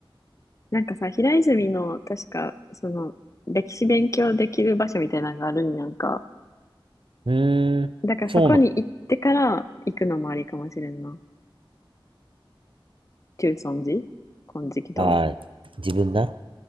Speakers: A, on the left (about 35°); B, on the right (about 70°).
A: なんかさ、平泉の、確か、その、歴史勉強できる場所みたいなのがあるんやんか。
B: うーん、
A: だからそこに行ってから行くのもありかもしれんな。
B: そうなの。
A: 中尊寺金色堂
B: はい。自分な。